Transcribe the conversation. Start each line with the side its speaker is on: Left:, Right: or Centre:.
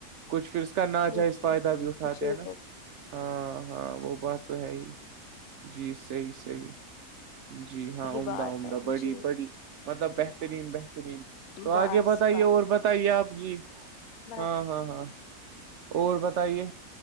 Right: کچھ پھر اس کا ناجائز
Left: ہیں جی
Right: فائدہ بھی اٹھاتے
Left: جی
Right: ہیں نا
Left: بالکل
Right: ہاں ہاں وہ بات تو ہے ہی جی صحی صحی جی
Left: یہی
Right: ہاں عمدہ
Left: بات
Right: عمدہ
Left: ہے
Right: بڑی
Left: جی
Right: بڑی مطلب بہترین بہترین تو
Left: بس
Right: آگے بتائیے
Left: بس
Right: اور بتائیے آپ جی
Left: باقی
Right: ہاں ہاں ہاں اور بتائیے